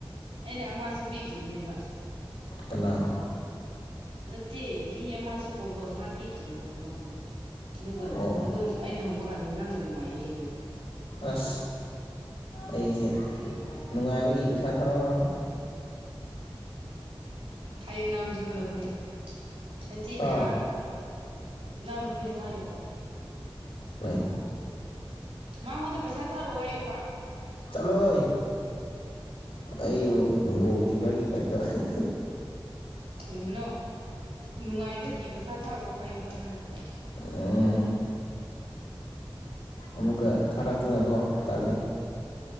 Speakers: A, on the right; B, on the left.
A: ꯑꯩꯅ ꯑꯃꯁꯨ ꯄꯤꯈꯤꯕꯅꯦꯕ ꯫
B: ꯀꯅꯥ
A: ꯅꯠꯇꯦ ꯃꯤ ꯑꯃꯁꯨ ꯀꯣꯜ ꯇꯧꯅꯤꯉꯥꯏ ꯄꯤꯈꯤꯕꯅꯦꯕ ꯃꯉꯣꯟꯗ ꯑꯗꯨꯒ
B: ꯑꯣ
A: ꯑꯗꯨꯝ ꯫ ꯑꯩꯅ ꯍꯪꯕ ꯀꯥꯟꯗ ꯅꯪꯅ ꯅꯨꯡꯉꯥꯏꯌꯦ ꯍꯩꯕ
B: ꯑꯁ ꯑꯩꯁꯦ ꯅꯨꯡꯉꯥꯏꯕꯒꯤ ꯄꯩꯁꯥ ꯊꯧꯔ
A: ꯍꯥꯏꯌꯨ ꯏꯅꯥꯎꯅꯨꯄꯤꯉꯣꯟꯗ ꯈꯣꯠꯂꯦ ꯅꯆꯦꯅ
B: ꯍꯥ
A: ꯏꯅꯥꯎ ꯅꯨꯄꯤꯗ ꯍꯥꯏꯌꯣꯕ
B: ꯀꯩ
A: ꯃꯉꯣꯟꯗ ꯄꯩꯁꯥ ꯊꯥꯔꯛꯑꯣ ꯍꯥꯏꯌꯨꯕ ꯫
B: ꯆꯠꯂꯣꯍꯦ ꯑꯩꯕꯨ ꯒꯣꯜꯗꯤꯒꯔꯒꯤ ꯇꯥꯏꯇ ꯫
A: ꯀꯩꯅꯣ ꯅꯨꯡꯉꯥꯏꯕꯒꯤ ꯄꯩꯁꯥ ꯊꯥꯔꯛꯑꯣ ꯍꯥꯏꯌꯣ ꯍꯥꯏꯕ ꯅꯠꯇ꯭ꯔꯣ ꯫
B: ꯎꯝ ꯑꯃꯨꯛꯀ ꯊꯥꯔꯛꯇꯨꯅꯀꯣ ꯇꯜꯂꯤ